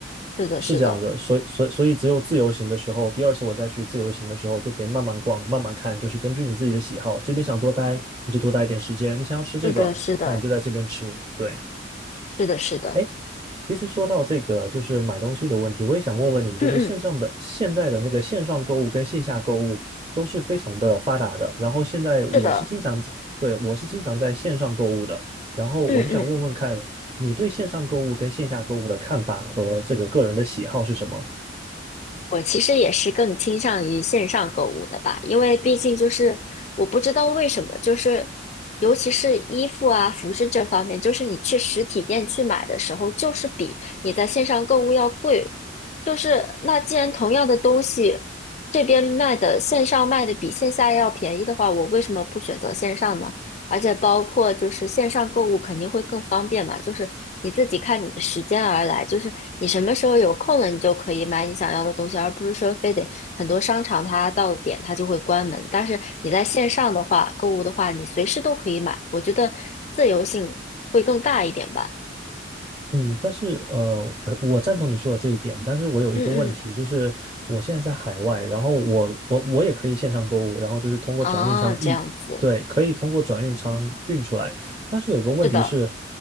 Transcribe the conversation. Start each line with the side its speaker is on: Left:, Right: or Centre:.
Left: 是的，
Right: 是这样的，
Left: 是的，
Right: 所以所以所以只有自由行的时候，第二次我再去自由行的时候，就可以慢慢逛，慢慢看，就是根据你自己的喜好，这边想多待，你就多待一点时间，你想要吃这个，
Left: 是的，是的，
Right: 那你就在这边吃。对，
Left: 是的，是的，
Right: 哎，其实说到这个，就是买东西的问题，我也想问问你，就是线上的现在的那个线上购物跟线下购物都是非常的发达的。
Left: 嗯嗯，
Right: 然后现在我是经常，
Left: 是的，
Right: 对，我是经常在线上购物的。然后我就想问问看，
Left: 嗯嗯。
Right: 你对线上购物跟线下购物的看法和这个个人的喜好是什么？
Left: 我其实也是更倾向于线上购物的吧，因为毕竟就是我不知道为什么，就是尤其是衣服啊、服饰这方面，就是你去实体店去买的时候，就是比你在线上购物要贵。就是那既然同样的东西，这边卖的线上卖的比线下要便宜的话，我为什么不选择线上呢？而且包括就是线上购物肯定会更方便嘛，就是你自己看你的时间而来，就是你什么时候有空了，你就可以买你想要的东西，而不是说非得很多商场它到了点它就会关门。但是你在线上的话，购物的话，你随时都可以买，我觉得自由性会更大一点吧。
Right: 嗯，但是呃，我我赞同你说的这一点，但是我有一个问题，
Left: 嗯嗯，
Right: 就是我现在在海外，然后我我我也可以线上购物，然后就是通过转运仓一，
Left: 啊，这样子，
Right: 对，可以通过转运仓运出来，但是有个问题是，
Left: 是的，